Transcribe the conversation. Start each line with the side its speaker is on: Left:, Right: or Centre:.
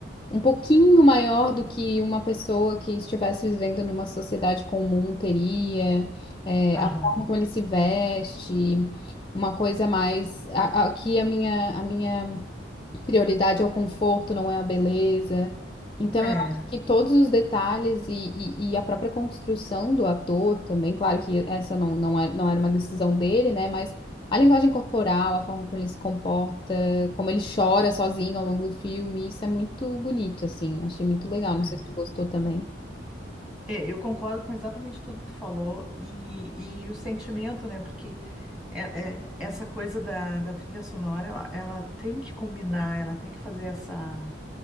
Left: um pouquinho maior do que uma pessoa que estivesse vivendo numa sociedade comum teria, é,
Centre: aham,
Left: a forma como ele se veste, uma coisa mais. a- a- Aqui a minha, a minha Prioridade é o conforto, não é a beleza. Então,
Centre: é,
Left: eu acho que todos os detalhes e, e- e a própria construção do ator também, claro que essa não, não é- não era uma decisão dele, né? Mas a linguagem corporal, a forma como ele se comporta, como ele chora sozinho ao longo do filme, isso é muito bonito, assim. Achei muito legal. Não
Centre: é.
Left: sei se tu gostou também.
Centre: É, Eu concordo com exatamente tudo que tu falou e, e o sentimento, né? Porque é, é, essa coisa da, da trilha sonora, ela, ela tem que combinar, ela tem que fazer essa